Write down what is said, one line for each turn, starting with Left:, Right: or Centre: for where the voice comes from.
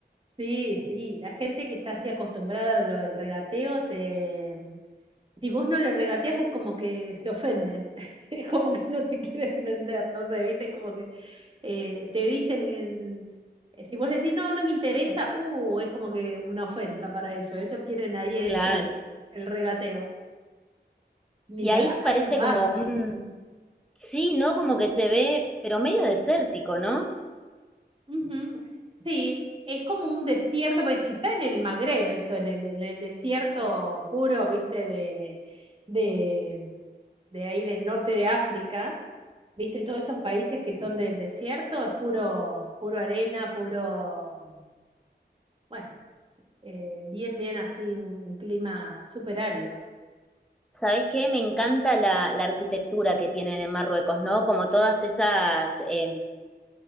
Right: sí, sí, la gente que está así acostumbrada a lo del regateo, te... si vos no le regateas es como que se ofenden, <laughs> es como que no te quieren vender, no sé, viste, es como que eh, te dicen, en- eh, si vos le decís, no, no me interesa, uh, es como que una ofensa para ellos, ellos quieren ahí eso,
Centre: Claro.
Right: el regateo. Mira,
Centre: Y ahí
Right: hay
Centre: parece
Right: oasis.
Centre: como un... Sí, ¿no? Como que se ve, pero medio desértico, ¿no?
Right: Ujú. Sí, es como un desierto, pues, es que está en el Magreb eso, en el, en el desierto puro, viste, de, de, de ahí del norte de África, viste, todos esos países que son del desierto, es puro, puro arena, puro, bueno, eh, bien, bien así, un, un clima súper árido,
Centre: ¿Sabés qué? Me encanta la, la arquitectura que tienen en Marruecos, ¿no? Como todas esas, eh,